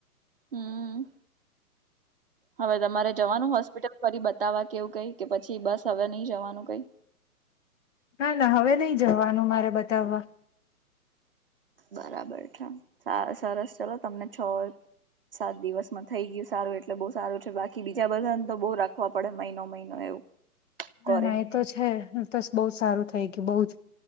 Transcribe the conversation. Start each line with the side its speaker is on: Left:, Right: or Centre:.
Right: હમ્મ, હવે તમારે જવાનું હોસ્પિટલ ફરી બતાવા કે એવું કઈ કે પછી બસ હવે નઈ જવાનું કઈ?
Left: ના, ના હવે નઈ જવાનું મારે બતાવવા.
Right: બરાબર છે. સા સરસ ચલો તમને છ સાત દિવસમાં થઈ ગયું સારું એટલે બઉ સારું છે. બાકી બીજા બધાને તો બઉ રાખવા પડે મહિનો-મહિનો એવું.
Left: ના,
Right: ક્વોરન્ટાઈન
Left: ના એ તો છે. ઈન તોસ બઉ જ સારું થઇ ગયું બઉ જ.